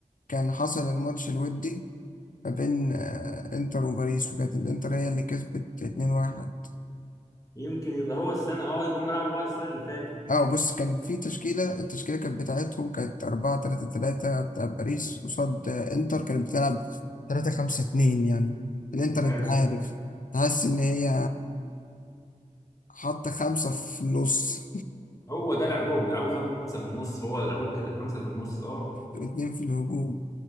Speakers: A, on the left (about 70°); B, on the left (about 25°).
A: كان حصل الماتش الودي ما بين آه، انتر وباريس وكانت الانتر هي اللي كسبت 2-1
B: يمكن يبقى هو السنه اه يبقى هم لعبوا بعض السنه اللي فاتت
A: اه بص كان في تشكيله التشكيله كانت بتاعتهم كانت 4-3-3 بتاع باريس قصاد آه، انتر كانت بتلعب 3-5-2 يعني الانتر
B: حلو
A: انت عارف تحس ان هي حط خمسة في النص
B: هو ده لعبهم بيلعبوا خمسة في النص هو لعبهم كده خمسة في النص اه
A: واتنين في الهجوم